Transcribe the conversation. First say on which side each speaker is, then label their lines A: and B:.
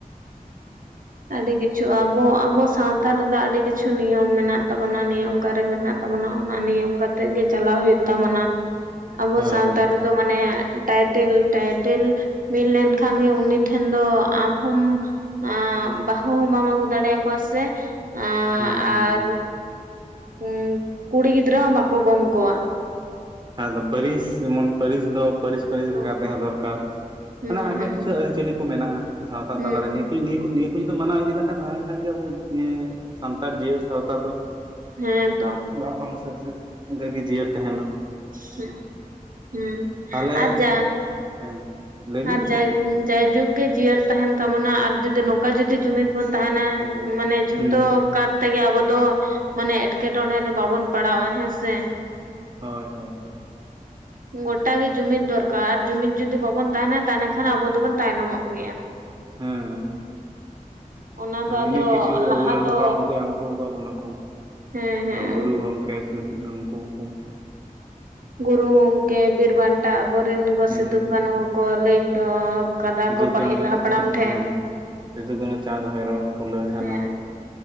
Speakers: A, on the right (about 75°); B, on the right (about 35°).
A: ᱟᱹᱰᱤ ᱠᱤᱪᱷᱩ ᱟᱵᱚ ᱟᱵᱚ ᱥᱟᱶᱛᱟ ᱨᱮᱫᱚ ᱟᱰᱤ ᱠᱤᱪᱷᱩ ᱱᱤᱭᱚᱢ ᱢᱮᱱᱟᱜ ᱛᱟᱵᱚᱱᱟ ᱱᱤᱭᱚᱢ ᱠᱟᱨᱮ ᱢᱮᱱᱟᱜ ᱛᱟᱵᱚᱱᱟ ᱚᱱᱟ ᱱᱤᱭᱚᱢ ᱠᱟᱛᱮᱜ ᱜᱮ ᱪᱟᱞᱟᱜ ᱦᱩᱭᱩᱜ ᱛᱟᱵᱚᱱᱟ᱾
B: <inaudible>
A: ᱟᱵᱚ ᱥᱟᱶᱛᱟ
B: ᱦᱳᱭ
A: ᱨᱮᱫᱚ ᱢᱟᱱᱮ ᱴᱟᱭᱴᱮᱞ ᱴᱟᱭᱴᱮᱞ ᱢᱤᱫ ᱞᱮᱱᱠᱷᱟᱱ ᱜᱮ ᱩᱱᱤ ᱴᱷᱮᱱ ᱫᱚ ᱟᱢ ᱦᱚᱸᱢ ᱟᱸᱢ ᱵᱟᱦᱩ ᱦᱚᱸ ᱵᱟᱢ ᱟᱜᱩ ᱫᱟᱲᱮᱭᱟ ᱠᱚᱣᱟ ᱥᱮ ᱟᱸ
B: ᱦᱩᱸ ᱦᱩᱸ
A: ᱟᱨ
B: ᱦᱩᱸ
A: ᱩᱝ ᱠᱩᱲᱤ ᱜᱤᱫᱽᱨᱟᱹ ᱦᱚᱸ ᱵᱟᱠᱚ ᱜᱚᱝ ᱠᱚᱣᱟ᱾
B: ᱟᱫᱚ ᱯᱟᱨᱤᱥ ᱡᱮᱢᱚᱱ ᱯᱟᱨᱤᱥ ᱫᱚ ᱯᱟᱨᱤᱥ ᱯᱟᱨᱤᱥ
A: ᱦᱩᱸ
B: ᱵᱷᱮᱜᱟᱨ ᱛᱟᱦᱮᱸ ᱫᱚᱨᱠᱟᱨ
A: ᱦᱩᱸ
B: ᱢᱟᱱᱮ ᱟᱭᱢᱟ ᱠᱤᱪᱷᱩ ᱟᱹᱨᱤᱼᱪᱟᱹᱞᱤ ᱠᱚ ᱢᱮᱱᱟᱜᱼᱟ ᱥᱟᱶᱛᱟ
A: ᱦᱩᱸ
B: ᱛᱟᱞᱟᱨᱮ
A: ᱦᱩᱸ
B: ᱱᱤᱭᱟᱹ ᱱᱤᱭᱟᱹ ᱠᱚ ᱡᱩᱫᱤᱢ ᱢᱟᱱᱟᱣ ᱤᱫᱤ ᱛᱟᱦᱮᱱ ᱠᱷᱟᱡ ᱜᱮ ᱟᱵᱚ ᱮᱸᱜ ᱥᱟᱱᱛᱟᱲ ᱡᱤᱭᱟᱹᱲ ᱥᱟᱶᱛᱟ ᱫᱚ
A: ᱦᱮᱸ ᱛᱚ
B: ᱞᱟᱯᱷᱟᱝ ᱥᱮᱫ ᱥᱮᱫ ᱚᱝᱠᱟᱜᱮ ᱡᱤᱭᱟᱹᱲ ᱛᱟᱦᱮᱸᱱᱟ᱾
A: ᱦᱩᱸ ᱦᱩᱸ
B: ᱛᱟᱦᱚᱞᱮ
A: ᱟᱨᱡᱟ
B: ᱦᱮᱸ ᱞᱟᱹᱭ ᱢᱮ
A: ᱟᱨᱡᱟ ᱡᱟᱭᱡᱩᱜᱽ ᱜᱮ ᱡᱤᱭᱟᱹᱲ ᱛᱟᱦᱮᱸᱱ ᱛᱟᱵᱚᱱᱟ ᱟᱨ ᱡᱩᱫᱤ ᱱᱚᱝᱠᱟ ᱡᱩᱫᱤ ᱡᱩᱢᱤᱫ ᱵᱚᱱ ᱛᱟᱦᱮᱸᱱᱟ ᱢᱟᱱᱮ ᱡᱷᱚᱛᱚ
B: ᱦᱩᱸ ᱦᱩᱸ ᱦᱩᱸ
A: ᱠᱟᱨ ᱛᱮᱜᱮ ᱟᱵᱚ ᱫᱚ ᱢᱟᱱᱮ ᱮᱴᱠᱮᱴᱚᱬᱮ ᱨᱮ ᱵᱟᱵᱚᱱ ᱯᱟᱲᱟᱣᱟ ᱦᱮᱸᱥᱮ?
B: ᱦᱳᱭ ᱦᱳᱭ ᱦᱳᱭ᱾
A: ᱜᱚᱴᱟᱜᱮ ᱡᱩᱢᱤᱫ ᱫᱚᱨᱠᱟᱨ ᱟᱨ ᱡᱩᱢᱤᱫ ᱡᱩᱫᱤ ᱵᱟᱵᱚᱱ ᱛᱟᱦᱮᱸᱱᱟ ᱛᱟᱦᱞᱮ ᱠᱷᱟᱱ ᱟᱵᱚ ᱫᱚᱵᱚᱱ ᱛᱟᱭᱱᱚᱢᱚᱜ ᱜᱮᱭᱟ᱾
B: ᱦᱮᱸ
A: ᱚᱱᱟ
B: ᱱᱚ
A: ᱫᱚ ᱟᱫᱚ
B: ᱤᱱᱟᱹᱜ ᱠᱤᱪᱷᱩ
A: ᱞᱟᱦᱟ
B: ᱟᱵᱚᱨᱮᱱ
A: ᱫᱚ
B: ᱦᱟᱯᱲᱟᱢ ᱠᱚᱠᱚ ᱮᱢ ᱦᱚᱴᱚᱣ ᱠᱟᱜ ᱵᱚᱱᱟ ᱠᱚ
A: ᱦᱮᱸ ᱦᱮᱸ
B: ᱜᱩᱨᱩ ᱜᱚᱢᱠᱮ ᱥᱤ ᱩᱝᱠᱩ ᱩᱝᱠᱩ
A: ᱜᱩᱨᱩ ᱜᱚᱝᱠᱮ ᱵᱤᱨᱼᱵᱟᱸᱱᱴᱟ ᱟᱵᱚᱨᱮᱱ ᱜᱚ
B: ᱦᱩᱸ
A: ᱥᱤᱫᱩ, ᱠᱟᱹᱱᱩ ᱠᱚ ᱞᱟᱹᱭ ᱴᱚᱣ ᱠᱟᱫᱟ
B: ᱥᱤᱫᱩ
A: ᱠᱚ ᱯᱟᱹᱦᱤᱞ
B: ᱠᱟᱹᱱᱩ
A: ᱦᱟᱯᱲᱟᱢ
B: ᱦᱩᱸ
A: ᱴᱷᱮᱱ
B: ᱥᱤᱫᱩ, ᱠᱟᱹᱱᱦᱩ, ᱪᱟᱸᱫᱽ, ᱵᱷᱚᱭᱨᱚᱵ ᱯᱷᱩᱞᱚ, ᱡᱷᱟᱱᱚ
A: ᱦᱮᱸ